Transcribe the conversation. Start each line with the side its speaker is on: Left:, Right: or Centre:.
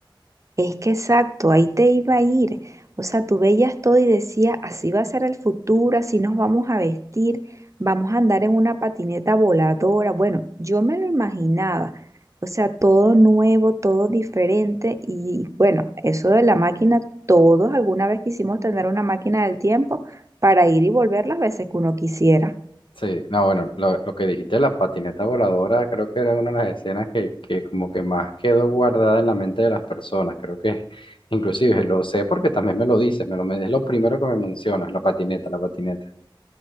Right: Es que exacto, ahí te iba a ir. O sea, tú veías todo y decías, así va a ser el futuro, así nos vamos a vestir, vamos a andar en una patineta voladora. Bueno, yo me lo imaginaba. O sea, todo nuevo, todo diferente. Y bueno, eso de la máquina, todos alguna vez quisimos tener una máquina del tiempo para ir y volver las veces que uno quisiera.
Left: Sí, no, bueno, lo, lo que dijiste de la patineta voladora, creo que era una de las escenas que, que como que más quedó guardada en la mente de las personas. Creo que inclusive lo sé porque también me lo dices, me lo, men- es lo primero que me mencionas, la patineta, la patineta.